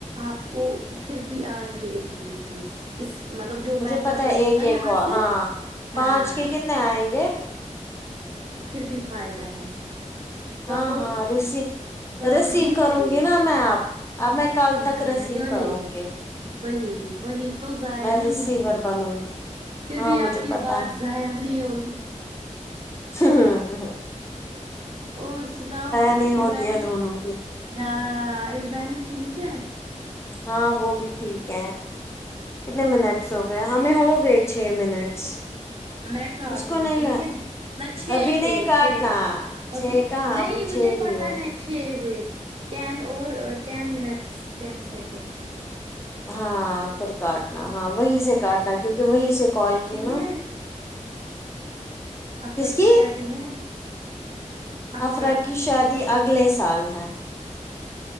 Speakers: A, on the right (about 50°); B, on the left (about 20°).
A: آپ کو پھر بھی آئیں گے ایٹی روپیز اس مطلب جو
B: مجھے
A: میں کر
B: پتا ہے
A: رہی ہوں
B: ایک
A: نا یہاں
B: ایک
A: سے
B: ہاں
A: ہاں
B: پانچ کے کتنے آئیں گے
A: پھر بھی فائدہ ہے کرو
B: ہاں ہاں ریسیو
A: کرو
B: ریسیو
A: گنتی
B: کروں گی نا میں آپ اب میں کل
A: ہاں
B: تک ریسیو
A: یہی
B: کروں گے
A: وہی وہی تو ضائع نہیں
B: ریسیور
A: ہوں گی
B: بنوں
A: پھر
B: ہاں
A: بھی
B: مجھے
A: آپ کی
B: پتا
A: بات ضائع نہیں ہوگی
B: ہ ہاں ہاں
A: اور سناؤ
B: نہیں ہوتی
A: ابراہیم
B: ہے دونوں کی
A: ہاں ابراہیم ٹھیک ہے
B: ہاں وہ بھی ٹھیک ہے کتنے منٹس ہو گئے
A: اچھا
B: ہمیں ہوگئے چھ منٹس
A: میں کاٹوں
B: اس کو نہیں
A: ٹھیک
B: ل
A: ہے میں چھ
B: ابھی نہیں
A: ہوئے
B: کاٹنا
A: چھ ابھی ابھی
B: چھ کہاں
A: نہیں
B: ابھی
A: مجھے
B: چھ ہی
A: پتا
B: ہو
A: ہے چھ ہوئے ٹین اور ٹین منٹس ٹین سیکنڈس
B: ہاں پھر کاٹنا ہاں وہیں سے کاٹنا کیونکہ وہیں سے کال کی
A: ہے
B: نا
A: افرا
B: کس کی
A: شادی ہے افرا
B: افرہ کی شادی اگلے سال ہے